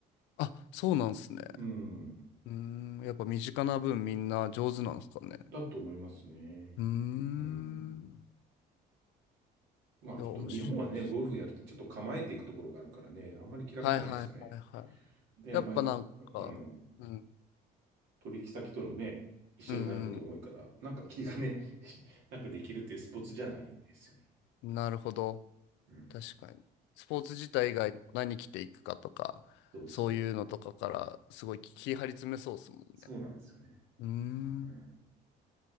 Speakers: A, on the left; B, on the right.
A: あ、そうなんですね。
B: うん。
A: うーん、やっぱ身近な分みんな上手なんですかね。
B: だと思いますね。
A: うーん。
B: うん。まあ、
A: いや、
B: ちょっと日本はね、
A: 面白いです。
B: ゴルフやるってちょっと構えていくところがあるからね、あんまり気楽じゃないですよね。
A: はいはいはいはい。
B: で、
A: やっぱなんか、
B: あんまり、うん。
A: うん、
B: 取引先とのね、一緒になることも多いから、
A: うん
B: なんか気がね、<laughs> なんかできるっていうスポーツじゃないんですよね。
A: うん。なるほど。
B: うん。
A: 確かに。スポーツ自体以外にも何着ていくかとか、
B: そうそう。
A: そういうのとかからすごい気張り詰めそうですもんね。
B: そうなんですよね。
A: うーん。
B: うん。